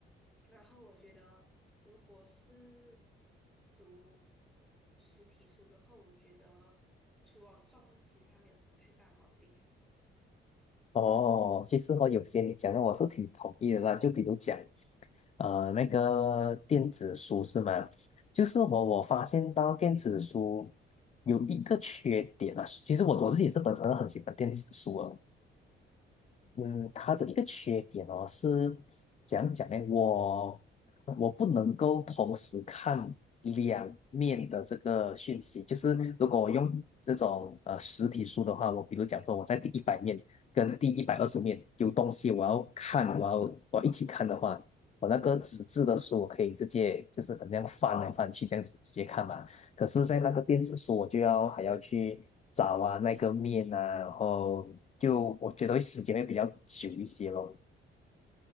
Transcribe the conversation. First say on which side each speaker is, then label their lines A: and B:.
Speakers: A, in the centre; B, on the left (about 35°).
A: 然后我觉得，如果是读实体书的话，我觉得除了重，其实还没有什么太大毛病啊。
B: 哦，其实我有些你讲的我是挺同意的啦，就比如讲呃那个电子书是吗？就是我我发现到电子书有一个缺点啊，其实我我自己是本身很喜欢电子书啊，嗯，它的一个缺点哦，是怎样讲呢？我我不能够同时看两面的这个讯息，就是如果我用这种呃实体书的话，我比如讲说我在第一百面跟第一百二十面有东西我要看，我要我要一起看的话，我那个纸质的书我可以直接就是可能这样翻来翻去这样子直接看嘛。可是，在那个电子书，我就要还要去找啊那个面啊，然后就我觉得时间会比较久一些咯。